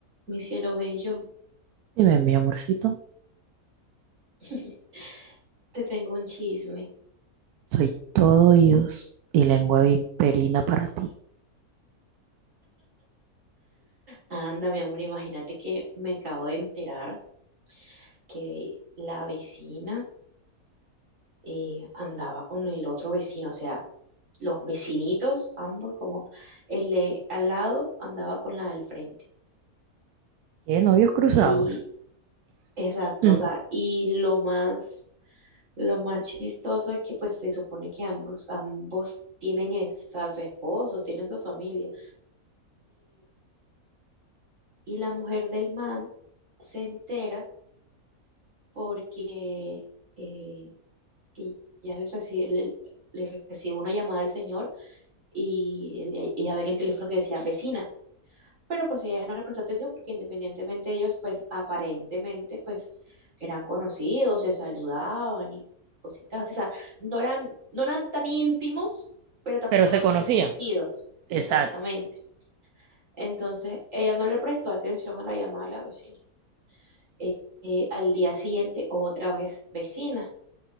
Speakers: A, on the right; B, on the right.
A: Mi cielo bello,
B: Dime, mi amorcito,
A: <laughs> te tengo un chisme.
B: soy todo oídos y lengua vimperina para ti.
A: Anda, mi amor, imagínate que me acabo de enterar que la vecina eh, andaba con el otro vecino, o sea, los vecinitos, ambos como el de al lado andaba con la del frente.
B: ¿Qué novios cruzados?
A: Y exacto,
B: Mm,
A: o sea, y lo más, lo más chistoso es que pues se supone que ambos, ambos tienen es- a su esposo, tienen su familia. Y la mujer del man se entera porque eh, ella le recibe, le, le recibe una llamada del señor y el- ella ve en el teléfono que decía vecina. Pero pues ella no le prestó atención porque independientemente de ellos, pues aparentemente pues eran conocidos, se saludaban y cositas. así. O sea, no eran, no eran tan íntimos, pero tampoco
B: Pero se
A: eran
B: conocían.
A: unos desconocidos.
B: Exacto.
A: Exactamente. Entonces, ella no le prestó atención a la llamada de la vecina. Eh, eh, al día siguiente, otra vez vecina.